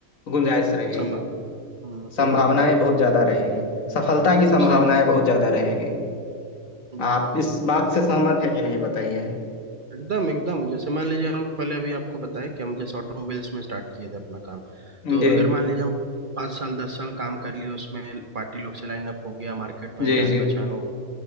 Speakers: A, on the left; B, on the right.
A: गुंजाइश रहेगी
B: संभावना है। हम्म
A: संभावनाएं
B: हम्म हम्म,
A: बहुत ज्यादा रहेगी सफलता की संभावनाएं
B: सही बात
A: बहुत ज्यादा रहेगी
B: बिल्कुल
A: आप इस
B: बिल्कुल
A: बात से सहमत है कि नहीं बताइए
B: एकदम एकदम जैसे मान लीजिए हम पहले अभी आपको बताए कि हम जैसे ऑटोमोबाइल्स में स्टार्ट किए थे अपना काम
A: जी
B: तो अगर मान लीजिए हम पाँच साल दस साल काम कर लिए उसमें पार्टी लोग से लाइन अप हो गया मार्केट
A: जी
B: में जान
A: जी
B: पहचान हो